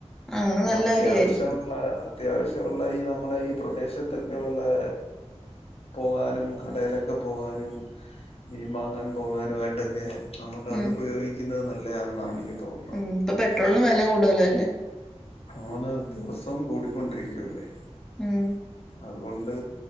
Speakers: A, in the centre; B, on the left (about 60°).
A: അങ്ങനെ നല്ല
B: അത്യാവശ്യഒള്ളെ
A: കാര്യായിരിക്കും
B: അത്യാവശ്യ ഒള്ളെ ഈ നമ്മുടെ ഈ പ്രദേശത്തൊക്കെയുള്ളെ പോവാനും കടേലൊക്കെ പോവാനും മീൻ വാങ്ങാൻ പോകാനുമായിട്ടൊക്കെ നമുക്ക് അത്
A: ഉം
B: ഉപയോഗിക്കുന്നത നല്ലയാന്നാണ് എനിക്ക് തോന്നു
A: ഉം ഇപ്പം പെട്രോളിന് വെല കൂടുതലല്ലേ.
B: ആന്ന് ദിവസോം കൂടിക്കൊണ്ടിരിക്കുവല്ലേ.
A: ഉം
B: അതുകൊണ്ട്